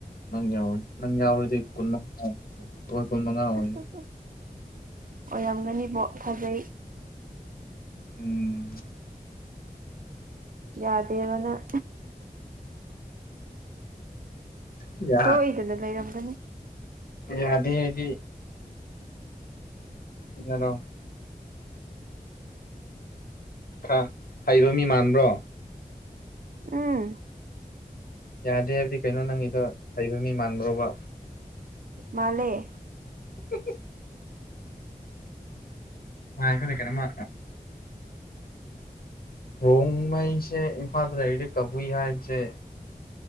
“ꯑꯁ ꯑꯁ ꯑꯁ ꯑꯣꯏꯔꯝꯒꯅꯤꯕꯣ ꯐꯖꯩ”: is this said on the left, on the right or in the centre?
Right